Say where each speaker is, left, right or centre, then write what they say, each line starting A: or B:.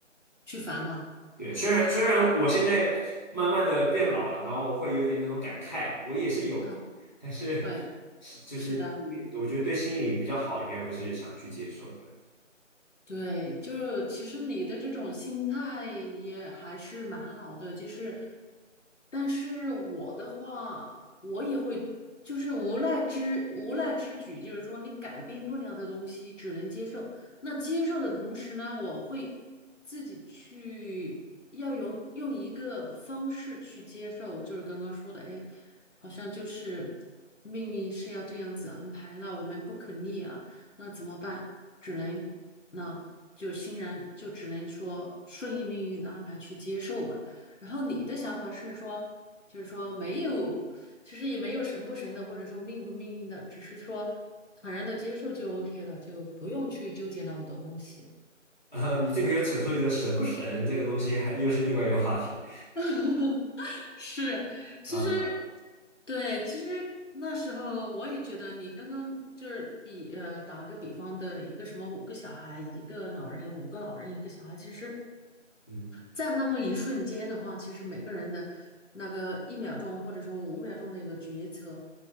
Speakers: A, on the left; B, on the left.
A: 去烦恼
B: 对，虽然虽然我现在慢慢的变老了，然后我会有点那种感慨，我也是有的，
A: 啊，
B: 但是
A: 会
B: 是就是心理我觉得对心理比较好，
A: 是的。
B: 应该会是想去接受的。
A: 对，就是其实你的这种心态也还是蛮好的，就是，但是我的话，我也会就是无奈之无奈之举，就是说你改变不了的东西，只能接受。那接受的同时呢，我会自己去要用用一个方式去接受，就是刚刚说的，哎，好像就是命运是要这样子安排了，我们不可逆了，那怎么办？只能。那就欣然就只能说顺应命运的安排去接受吧。然后你的想法是说，就是说没有，其实也没有神不神的，或者说命不命运的，只是说坦然的接受就 OK 了，就不用去纠结那么多东西。
B: 呃，你这个又扯出一个神不神这个东西还，又是另外一个话题
A: <laughs> 是，其实，
B: 啊，
A: 对，其实那时候我也觉得你刚刚就是比呃打个比方的一个什么五个小孩，一个老人，五个老人，一个小孩，其实，
B: 嗯
A: 在那么一瞬间的话，其实每个人的那个一秒钟或者说五秒钟的一个决策，